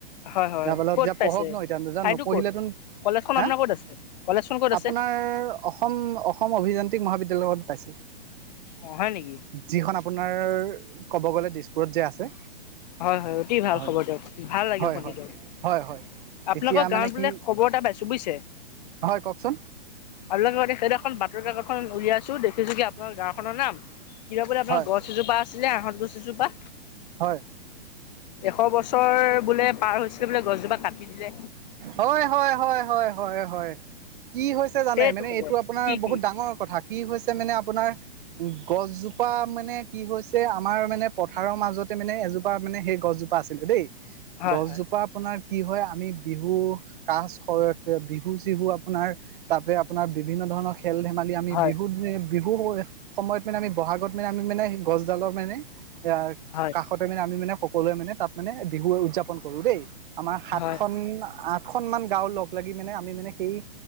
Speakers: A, on the left; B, on the right.
A: হয় হয়
B: <unintelligible>
A: ক'ত পাইছে
B: পঢ়ক ন' <unintelligible>
A: ঠাইতো
B: নপঢ়িলেতো,
A: ক'ত কলেজখন
B: হা?
A: আপোনাৰ ক'ত আছে কলেজখন ক'ত
B: আপোনাৰ
A: আছে
B: অসম-অসম অভিযান্ত্ৰিক মহাবিদ্যালয়ত পাইছে।
A: অ', হয় নেকি?
B: যিখন আপোনাৰ, ক'ব গ'লে দিছপুৰত যে আছে।
A: হয়, হয়, অতি ভাল
B: হয়
A: খবৰ দিয়ক, ভাল লাগিল
B: হয়
A: শুনি
B: হয়
A: দিয়ক।
B: হয় হয়
A: আপোনালোকৰ
B: এতিয়া মানে
A: গাঁৱত
B: কি
A: বোলে খবৰ এটা পাইছো বুজিছে
B: হয় কওকচোন
A: আৰু লগতে সেই এখন বাতৰি কাকতখন উলিয়াইছো দেখিছো কি আপোনাৰ গাঁওখনৰ নাম কিবা বোলে আপোনাৰ
B: হয়
A: গছ এজোপা আছিলে আঁহত গছ এজোপা
B: হয়
A: এশ বছৰ বোলে পাৰ হৈছিলে বোলে গছজোপা কাটি দিলে
B: হয়-হয়-হয়-হয়-হয়-হয় কি হৈছে জানে
A: সেইটো
B: মানে
A: খবৰ
B: এইটো আপোনাৰ
A: কি
B: বহুত
A: কি
B: ডাঙৰ কথা কি হৈছে মানে আপোনাৰ গছজোপা মানে কি হৈছে যে আমাৰ মানে পথাৰৰ মাজতে মানে এজোপা মানে সেই গছজোপা আছিলে দেই।
A: হয়
B: গছজোপা
A: হয়
B: আপোনাৰ কি হয় আমি বিহু কাজ বিহু চিহু আপোনাৰ তাতে আপোনাৰ বিভিন্ন ধৰণৰ খেল- ধেমালি আমি
A: হয়
B: বিহু দি বিহু সময়ত মানে আমি বহাগত মানে আমি মানে গছডালৰ মানে এ
A: হয়
B: কাষতে মানে আমি মানে <unintelligible> মানে তাত মানে বিহু উদযাপন কৰো দেই, আমাৰ সাতখন
A: হয়
B: আঠ কেইখনমান গাওঁ লগ লাগি মানে আমি মানে সেই